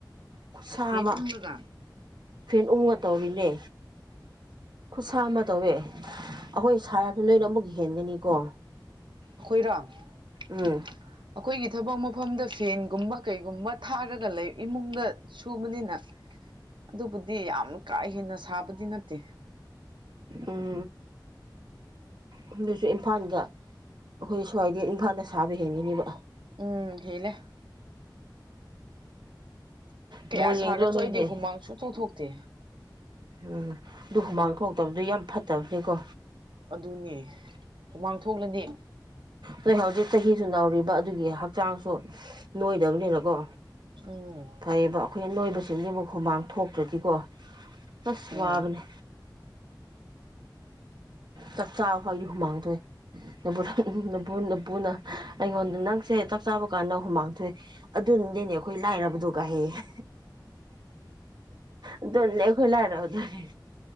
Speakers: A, on the right; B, on the right.
A: ꯈꯨꯠꯁꯥ
B: ꯐꯦꯟ
A: ꯑꯃ
B: ꯎꯪꯂꯒ
A: ꯐꯦꯟ ꯎꯪꯉꯥ ꯇꯧꯔꯤꯅꯦ ꯈꯨꯠꯁꯥ ꯑꯃ ꯇꯧꯋꯦ ꯑꯩꯈꯣꯏ ꯁꯥꯔꯕ ꯅ‌ꯣꯏꯅ ꯑꯃꯨꯛ ꯍꯦꯟꯒꯅꯤꯀꯣ
B: ꯑꯩꯈꯣꯏꯔꯣ ꯑꯩꯈꯣꯏꯒꯤ
A: ꯎꯝ
B: ꯊꯕꯛ ꯑꯃꯨꯛ ꯃꯐꯝꯗ ꯐꯦꯟꯒꯨꯝꯕ ꯀꯩꯒꯨꯝꯕ ꯊꯥꯔꯒ ꯂꯩ ꯏꯃꯨꯡꯗ ꯁꯨꯕꯅꯤꯅ ꯑꯗꯨꯕꯨꯗꯤ ꯌꯥꯝ ꯀꯥ ꯍꯦꯟꯅ ꯁꯥꯕꯗꯤ ꯅꯠꯇꯦ
A: ꯎꯝ ꯎꯝ ꯑꯗꯨꯁꯨ ꯏꯝꯐꯥꯜꯗ ꯑꯩꯈꯣꯏ ꯁ꯭ꯋꯥꯏꯗ ꯏꯝꯐꯥꯜꯅ ꯁꯥꯕ ꯍꯦꯟꯒꯅꯦꯕ
B: ꯎꯝ ꯍ‌ꯦꯜꯂ‌ꯦ ꯀꯌꯥ
A: ꯕꯣꯜ ꯌꯦꯡꯗ꯭ꯔꯣ
B: ꯁꯥꯔꯁꯨ
A: ꯅꯣꯏꯗꯤ
B: ꯑꯩꯗꯤ ꯍꯨꯃꯥꯡ ꯁꯨꯡꯊ‌ꯣꯛ ꯊꯣꯛꯇꯦ
A: ꯎꯝ ꯑꯗꯨ ꯍꯨꯃꯥꯡ ꯊꯣꯛꯇꯕꯗꯨ ꯌꯥꯝ ꯐꯠꯇꯕꯅꯤꯀꯣ
B: ꯑꯗꯨꯅꯦ ꯍꯨꯃꯥꯡ ꯊꯣꯛꯂꯗꯤ
A: ꯅ‌ꯣꯏ ꯍꯧꯖꯤꯛ ꯆꯍꯤꯁꯨ ꯅꯧꯔꯤꯕ ꯑꯗꯨꯒꯤ ꯍꯛꯆꯥꯡꯁꯨ ꯅꯣꯏꯗꯕꯅꯤꯅꯀꯣ
B: ꯎꯝ
A: ꯐꯩꯌꯦꯕ ꯑꯩꯈꯣꯏ ꯅꯣꯏꯕꯁꯤꯡꯁꯤꯕꯨ ꯈꯨꯃꯥꯡ ꯊꯣꯛꯇ꯭ꯔꯗꯤꯀꯣ ꯑꯁ
B: ꯎꯝ
A: ꯋꯥꯕꯅꯦ ꯆꯥꯛꯆꯥꯥ ꯍ ꯑꯩ ꯍꯨꯃꯥꯡꯗꯣꯏꯄꯨꯅ ꯑꯩꯉꯣꯟꯗ ꯅꯪ ꯁꯦ ꯆꯥꯛ ꯆꯥꯕ ꯀꯥꯟꯗ ꯍꯨꯃꯥꯡ ꯊꯣꯛꯣꯛꯑꯦ ꯑꯗꯨꯅꯗꯤꯅꯦ ꯑꯩꯈꯣꯏ ꯂꯥꯏꯔꯕꯗ ꯀꯥꯏꯍ ꯑꯗꯨꯅꯗꯤ ꯑꯩꯈꯣꯏ ꯂꯥꯏꯔꯕꯗꯨꯅꯦ ꯎꯝ